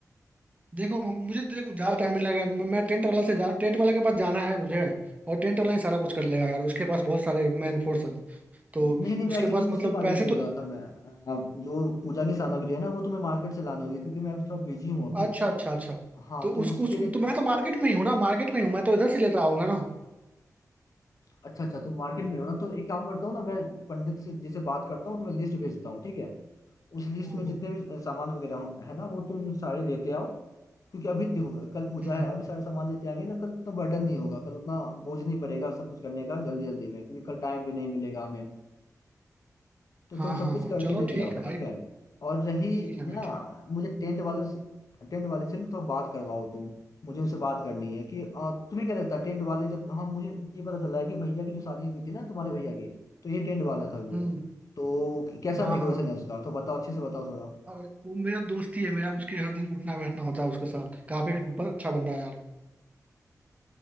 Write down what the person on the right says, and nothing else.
देखो म- मुझे तो देखो ज्यादा टाइम नहीं लगेगा मैं मैं टेंट वाला से जा टेंट वाले के पास जाना है मुझे और टेंट वाला ही सारा कुछ कर लेगा यार उसके पास बहुत सारे मैन फोर्स है तो
उसके
पास
मतलब
पैसे
तो
अच्छा अच्छा अच्छा
तो
उसको
उसको
तो मैं तो मार्केट में ही हूँ ना मार्केट में ही हूँ मैं तो इधर से लेता आऊंगा ना
हम्म
हम्म
हम्म,
हाँ
हाँ
हाँ
चलो
ठीक
है
भाई
ठीक है भाई
ठीक है।
हम्म
हाँ
हाँ हाँ
अरे वो मेरा दोस्त ही है मेरा उसके हर दिन उठना बैठना होता है उसके साथ काफी ब- अच्छा बंदा है यार